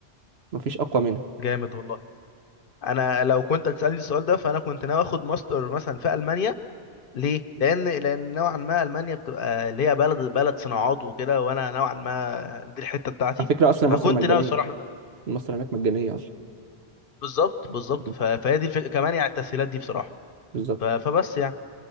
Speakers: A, on the right (about 75°); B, on the left (about 60°).
A: مفيش اقوى منها
B: جامد والله انا لو كنت هتسالني السؤال ده فانا كنت ناوي اخد ماستر مثلا في المانيا ليه لان لان نوعا ما المانيا بتبقى اللي هي بلد بلد صناعات وكده وانا نوعا ما دي الحته بتاعتي
A: على فكره اصلا
B: فكنت
A: مصر مجانيه
B: ناوي الصراحه ان انا
A: مصر هناك مجانيه اصلا
B: بالظبط بالظبط
A: مم.
B: ف- فهي دي الفكره كمان يعني التسهيلات دي بصراحه
A: بالظبط
B: ف- فبس يعني